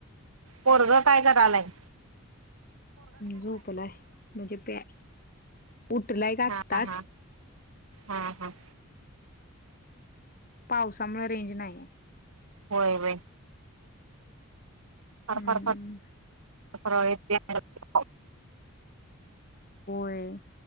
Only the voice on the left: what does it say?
झोपलाय म्हणजे, प्या -उठलाय ग आत्ताचं.
पावसामुळं रेंज नाही हाय.
हम्म
हम